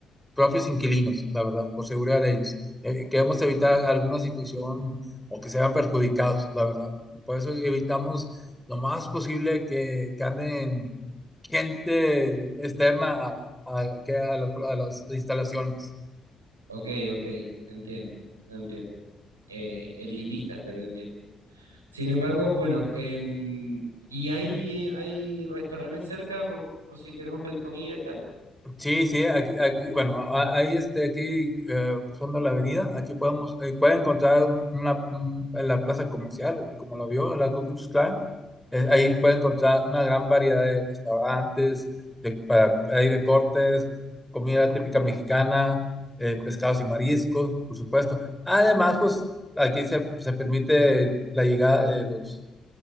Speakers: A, in the centre; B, on the right.
A: propios inquilinos, la verdad, por seguridad de ellos. Eh, queremos evitar alguna situación o que se vean perjudicados, la verdad. Por eso evitamos lo más posible que, que anden gente externa a, a- que a las, a las instalaciones.
B: Ok, ok, entiendo, entiendo. Eh, elitista, pero entiendo. Sin embargo, bueno, em, ¿y hay, hay restaurantes cerca por por si queremos pedir comida y tal?
A: Sí, sí, aquí, aquí bueno, a- ahí este, aquí eh, cruzando la avenida, aquí podemos, eh, puede encontrar un- una, un- en la plaza comercial, como lo vio, la Ku Klux Klan, eh, ahí puede encontrar una gran variedad de restaurantes, de, para- hay de cortes, comida típica mexicana, eh, pescados y mariscos, por supuesto. Además, pues aquí se, se permite la llegada de los